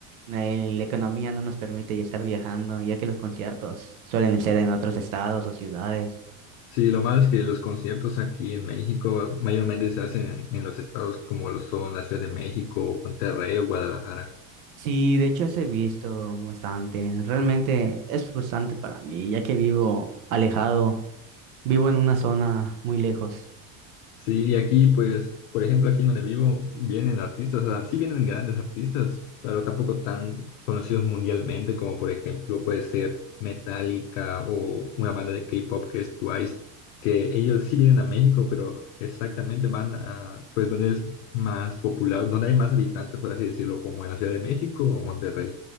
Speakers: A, on the right (about 85°); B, on the left (about 70°).
A: el- la economía no nos permite ya estar viajando, ya que los conciertos suelen ser en otros estados o ciudades.
B: Sí, lo malo es que los conciertos aquí en México mayormente se hacen en los estados como lo son la Ciudad de México, Monterrey o Guadalajara.
A: Sí, de hecho, eso he visto bastante. Realmente es frustrante para mí, ya que vivo alejado, vivo en una zona muy lejos.
B: Sí, y aquí pues, por ejemplo, aquí donde vivo, vienen artistas, o sea, sí vienen grandes artistas, pero tampoco tan conocidos mundialmente como por ejemplo puede ser Metallica o una banda de K-pop que es Twice, que ellos sí vienen a México, pero exactamente van a pues donde es más popular, donde hay más habitantes, por así decirlo, como en la Ciudad de México o Monterrey.